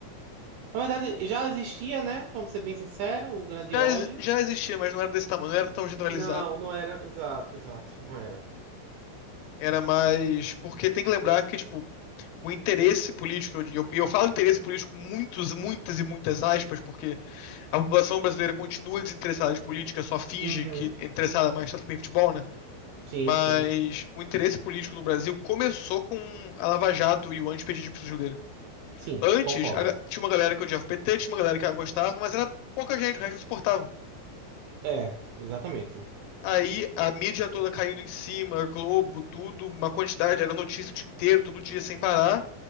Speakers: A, on the right; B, on the left.
A: Na verdade, já existia, né? Vamos ser bem sincero, o grande
B: Já,
A: ódio.
B: exi- já existia, mas não era desse tamanho, não era tão generalizado.
A: Não, não era. Exato, exato, não era.
B: Era mais. Porque tem que lembrar que, tipo, o interesse político, e eu, eu falo interesse político com muitos, muitas e muitas aspas, porque a população brasileira continua desinteressada de política, só finge
A: Uhum.
B: que é interessada mais tanto que tem futebol, né?
A: Sim,
B: Mas
A: sim.
B: o interesse político no Brasil começou com a Lava Jato e o antipetismo que surgiu dele.
A: Sim,
B: Antes,
A: concordo.
B: a ga- tinha uma galera que odiava o PT, tinha uma galera que gostava, mas era pouca gente, o resto não suportava.
A: É, exatamente.
B: Aí a mídia toda caindo em cima, Globo, tudo, uma quantidade, era notícia o dia inteiro, todo dia, sem parar.